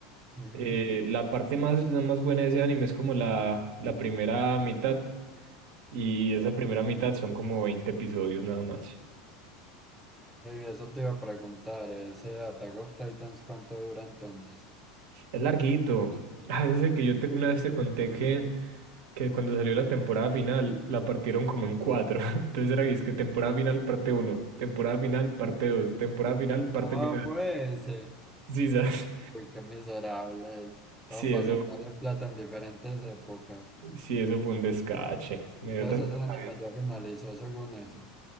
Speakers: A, in the centre; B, on the right (about 70°).
A: Ujú.
B: Eh, la parte más, la más buena de ese anime es como la, la primera mitad y esa primera mitad son como 20 episodios nada más.
A: Y eso te iba a preguntar, ¿ese Attack of Titans cuánto dura entonces?
B: Es larguito. Ah, ese es el que yo te- una vez te conté que que cuando salió la temporada final la partieron como en cuatro. <laughs> Entonces era que es que temporada final parte uno, temporada final parte dos, temporada final parte
A: Ah,
B: final.
A: fue ese.
B: Sí, <laughs> ¿sabes?
A: Uy, qué miserables. Todo
B: Sí,
A: para
B: eso,
A: sacarle plata en diferentes épocas.
B: sí, eso fue un descache. Me
A: Entonces
B: dio tanta
A: el
B: rabia.
A: anime ya finalizó según eso.